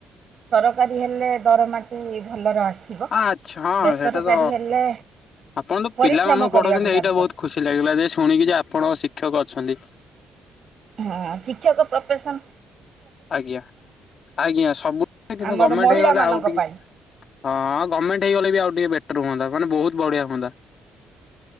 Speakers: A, on the right (about 50°); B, on the left (about 55°).
A: ସରକାରୀ ହେଲେ ଦରମାଟି ଭଲରେ ଆସେ। ଆସିବ
B: ଆଚ୍ଛା ହଁ
A: ବେସରକାରୀ
B: ସେଇଟା ତ
A: ହେଲେ
B: ଆପଣ ତ
A: ପରିଶ୍ରମ
B: ପିଲାମାନଙ୍କୁ ପଢଉଛନ୍ତି
A: କରିବାକୁ ସାର
B: ଏଇଟା ବହୁତ
A: ପଡେ।
B: ଖୁସି ଲାଗିଲା ଯେ ଶୁଣିକି ଯେ ଆପଣ ଶିକ୍ଷକ ଅଛନ୍ତି।
A: ହଁ ଶିକ୍ଷକ ପ୍ରପେସନ୍।
B: ଆଜ୍ଞା, ଆଜ୍ଞା ସବୁ ଠିକ କିନ୍ତୁ
A: ଆମର
B: ଗର୍ମେଣ୍ଟ
A: ମହିଳାମାନଙ୍କ
B: ହେଇଗଲେ ଆଉ ଟିକେ
A: ପାଇଁ
B: ହଁ ଗର୍ମେଣ୍ଟ ହେଇଗଲେ ବି ଆଉ ଟିକେ ବେଟର ହୁଅନ୍ତା ମାନେ ବହୁତ୍ ବଢିଆ ହୁଅନ୍ତା।